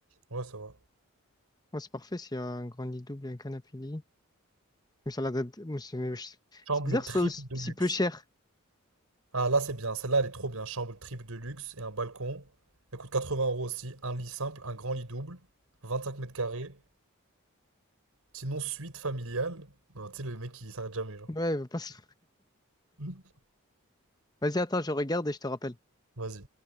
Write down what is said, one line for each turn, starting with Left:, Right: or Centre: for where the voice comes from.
Right: Ouais, ça va.
Left: Ah, c'est parfait s'il y a un grand lit double et un canapé lit. Une salade à deux- C'est mais
Right: Chambre
Left: c'est bizarre, que
Right: triple
Left: ce soit aussi-
Right: de
Left: si
Right: luxe.
Left: peu cher.
Right: Ah là, c'est bien. Celle-là, elle est trop bien. Chambre triple de luxe et un balcon. Elle coûte 80 euros aussi. Un lit simple, un grand lit double. vingt-cinq mètres carrés. Sinon, suite familiale. Non, tu sais, le mec qui s'arrête jamais, genre.
Left: Ouais, il veut pas se-
Right: <laughs>
Left: Vas-y, attends, je regarde et je te rappelle.
Right: Vas-y.